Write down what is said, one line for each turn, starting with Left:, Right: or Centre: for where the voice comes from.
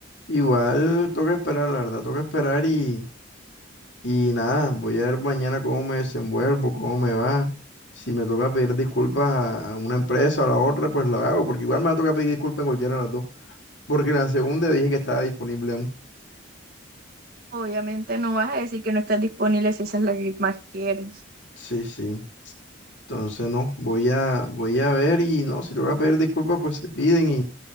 Left: igual toca esperar, la verdad, toca esperar y... Y nada, voy a ver mañana cómo me desenvuelvo, cómo me va. Si me toca pedir disculpas a, a una empresa o a la otra, pues lo hago, porque igual me va a tocar pedir disculpas en cualquiera de las dos. Porque en la segunda dije que estaba disponible aún.
Right: Obviamente no vas a decir que no estás disponible si esa es la que más quieres.
Left: Sí, sí. Entonces no, voy a, voy a ver y no, si toca pedir disculpas, pues se piden y,